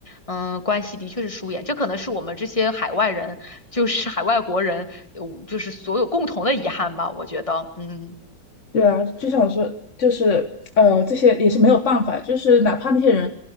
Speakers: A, on the left; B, on the left.
A: 嗯，关系的确是疏远。这可能是我们这些海外人，就是海外国人，呃就是所有共同的遗憾吧。我觉得，嗯
B: 对啊，就像我说，就是呃，这些也是没有办法，就是哪怕那些人，